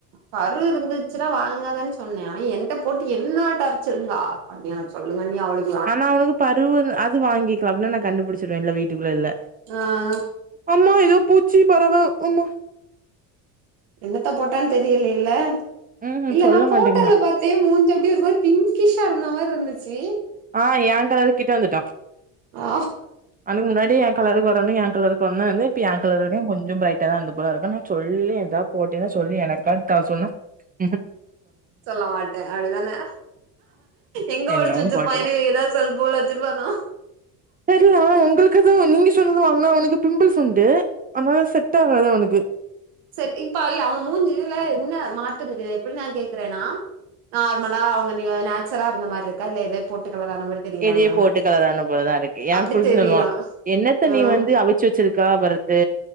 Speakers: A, on the right (about 80°); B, on the right (about 20°).
A: பரு இருந்துச்சுன்னா வாங்காதன்னு சொன்னே அவ என்ட்ட போட்டு என்ன டார்ச்சருங்கா அண்ணி எனக்கு சொல்லுங்க நீ அவளுக்
B: ஆனா உனக்கு பருவு அது வாங்கிக்கலாம்ல நா கண்டுபிடிச்சிருவேல வீட்டுக்குள்ள இல்ல
A: ஆ ஆ
B: அம்மா ஏதோ பூச்சி பறவ அம்மா
A: என்னத்த போட்டான்னு தெரியலேல்ல
B: ம்ஹூம்
A: இல்ல
B: சொல்ல
A: நா போட்டல
B: மாட்டேங்கா
A: பா சே மூஞ்சி அப்டியே ஒரு மாரி பிங்கிஷ் அந்த மாரி இருந்துச்சு
B: ஆ எ கலர் கிட்ட வந்துட்டா
A: ஆ
B: அதுக்கு முன்னாடி எ கலருக்கு வரணு எ கலருக்கு வந் வந்து இப்ப என் கலரோடயு கொஞ்சோ ப்ரைட் தா அந்த போல இருக்கநா சொல்லி ஏதாவது போட்டேன்னா சொல்லி எனக்காக தா சொல்லு ம்ஹீம்
A: சொல்ல மாட்டே அப்டிதானே எங்க
B: என்னவோ
A: ஒழிச்சு வச்சிருப்பாங்
B: போட்டுவோ
A: எதாது சொல்ப அச்சிர்வானா
B: தெரியல ஆனா உங்களுக்குதா நீங்க சொன்னது வாங்குனா அவனுக்கு பிம்பிள்ஸ் உண்டு அனால செட் ஆகாது அவனுக்கு
A: சரி இப்ப இல்ல அவன் மூஞ்சில என்ன மாற்ற தெரியுது எப்டிநா கேக்குறேன்னா நார்மலா அவங்க நீ நாச்சரா இருந்த மாரி இருக்கா இல்ல இதே போட்டு கலரா ஆன மாரி தெரியுறானானு
B: எதையோ போட்டு கலரான போலதா இருக்கு எ
A: அப்டி
B: புருஷ
A: தெரியுறா
B: சொல்லுவா என்னத்த
A: ஆ
B: நீ வந்து அ வச்சு வச்சிருக்கா பரத்து